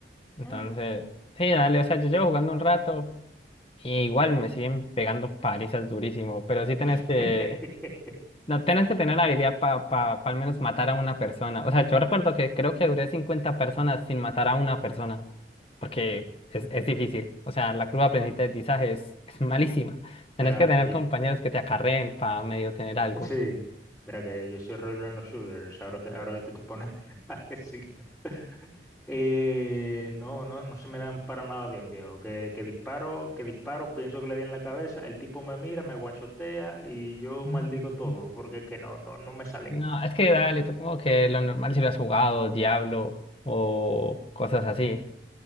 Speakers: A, on the left (about 30°); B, in the centre.
A: Entonces,
B: Mm.
A: sí, dale, o sea, yo llevo jugando un rato y igual me siguen pegando palizas durísimo, pero sí tenés
B: <laughs>
A: que, no, tenés que tener habilidad para pa, pa pa al menos matar a una persona. O sea, yo recuerdo que creo que duré 50 personas sin matar a una persona, porque es, es difícil. O sea, la curva de aprendizaje es, es malísima.
B: Mira,
A: Tenés que tener
B: que
A: compañeros que te acarreen para medio tener algo.
B: Sí, mira que yo soy horrible en los shooters, ahora que, ahora que tú te pones <laughs> a decirlo. Eh, no, no, no se me dan para nada bien, viejo. Que, que disparo, que disparo, pienso que le di en la cabeza, el tipo me mira, me guanchotea y yo
A: Ah,
B: maldigo
A: ujú.
B: todo, porque es que no, no, no me sale.
A: No, es que dale,
B: Sí.
A: supongo que lo normal si lo has jugado, Diablo o cosas así.
B: Ujú.